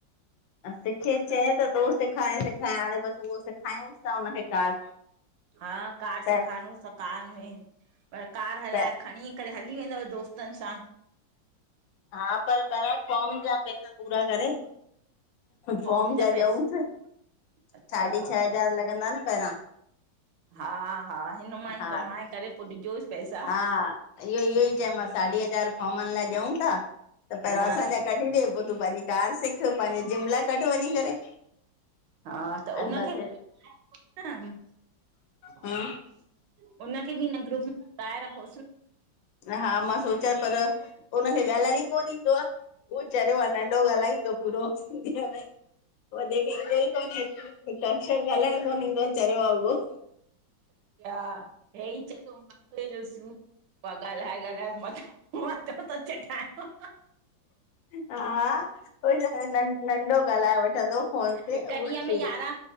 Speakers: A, on the left; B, on the right.
A: सिखे चई त तो सेखार सेखारां हाणे बसि उहो सेखायूस था हुनखे कार
B: हा कार
A: त
B: सैखारूस त कार में। पर कार हलाए
A: त
B: खणी करे हली वेंदव दोस्तनि सां।
A: हा पर कराए फॉर्म जा पैसा पूरा करे। फॉम
B: होम
A: जा
B: पैसा
A: ॾऊस साढी
B: अच्छा
A: छह हज़ार लॻंदा न पहिरां।
B: हा हा हिन मां ई
A: हा
B: कमाए करे पोइ ॾिजोसि पैसा
A: हा इहो इहो ई चयोमांसि साढी हज़ार फॉर्म लाइ ॾियूं था। त पहिरों
B: हा
A: असांजा कढी ॾे पोइ तूं पंहिंजी कार सिख पंहिंजे जिम लाइ कढु वञी करे।
B: हा
A: हाणे
B: त हुनखे
A: बसि
B: <unintelligible>
A: हा
B: हुननखे बि हिन ग्रुप में <unintelligible> रखोसि
A: हा मां सोचां पर हुननखे ॻाल्हाइण ई कोन ईंदो आहे उहो चरियो आहे नंढो ॻाल्हाईंदो पूरो सिंधीअ में वधीक ईंदो ई कोन हिकु अक्षर ॻाल्हाइण कोन ईंदो आहे चरियो आहे उहो।
B: न हा हे ई चए थो मथे जो ॻाल्हाए ॻाल्हाए मथो मथो तो चटाए।
A: हा हा उई त नंढो ॻाल्हाए वठंदो फ़ोन ते
B: हिक ॾींहं
A: उहो
B: में
A: चे।
B: यारहं